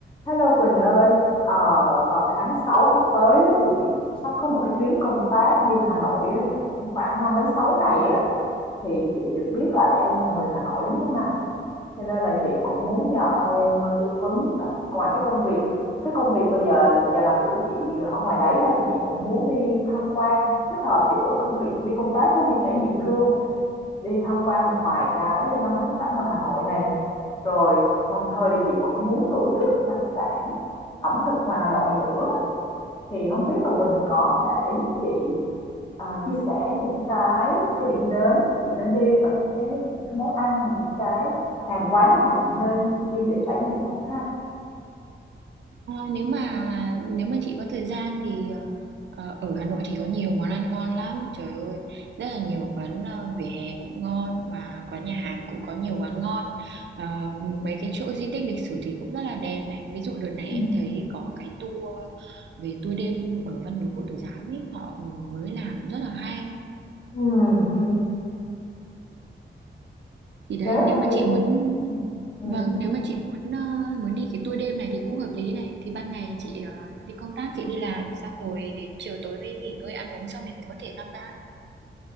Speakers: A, on the left (about 25°); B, on the right (about 65°).
A: Hello Quỳnh ơi, ờ, vào tháng 6 sắp tới á, thì chị cũng sắp có một cái chuyến công tác đi Hà Nội á, cũng khoảng 5 đến 6 ngày á thì chị được biết là em là người Hà Nội đúng không nào? Cho nên là chị cũng muốn nhờ em ờ, tư vấn là ngoài cái công việc cái công việc bây giờ giờ làm việc của chị ở ngoài đấy ra thì chị cũng muốn đi tham quan kết hợp giữa công việc đi công tác với đi trải nghiệm luôn đi tham quan một vài cái danh lam thắng cảnh ngoài Hà Nội này rồi đồng thời thì chị cũng muốn thưởng thức đặc sản ẩm thực ngoài Hà Nội nữa thì không biết là Quỳnh có thể giúp chị ờ, chia sẻ những cái những cái điểm đến chị nên đi và những cái những cái món ăn những cái hàng quán nào chị nên đi để trải nghiệm không ha?
B: Ờ, nếu mà nếu mà chị có thời gian thì ờ, ờ, ở Hà Nội thì có nhiều món ăn ngon lắm trời ơi rất là nhiều quán ờ, vỉa hè cũng ngon mà quán nhà hàng cũng có nhiều quán ngon Ờ, mấy cái chỗ di tích lịch sử thì cũng rất là đẹp này ví dụ đợt này
A: Ừ.
B: em thấy có cái tour về tour đêm ở Văn Miếu Quốc Tử Giám ấy họ mới làm rất là hay
A: Ừ, ừ.
B: thì đấy
A: Nếu
B: nếu
A: mà
B: mà
A: đi
B: chị muốn
A: ừ, ừ,
B: Vâng, nếu mà chị muốn ờ, muốn đi cái tour đêm này thì cũng hợp lý này. Thì ban ngày chị ờ, đi công tác, chị đi làm xong rồi đến chiều tối mới nghỉ ngơi ăn uống xong thì mình có thể tham gia.